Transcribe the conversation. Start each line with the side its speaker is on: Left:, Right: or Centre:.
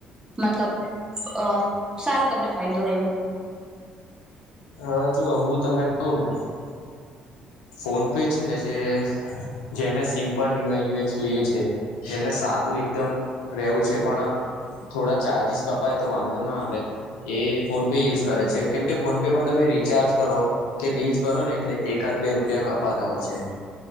Right: મતલબ અ સારું તમને ફાયદો રહેવું.
Left: હા જો હું તમને કહું ને. ફોન પે છે ને જે જેને સિમ્પલ યુઆઈયુએસ જોઈએ છે જેમને સાદું એકદમ રહેવું છે પણ થોડા ચાર્જિસ કપાય તો વાંધો ના આવે એ ફોન પે યુઝ કરે છે કેમ કે ફોન પેમાં તમે રિચાર્જ કરો કે બિલ્સ ભરો ને એટલે એકાદ બે રૂપિયા કપાતા હોય છે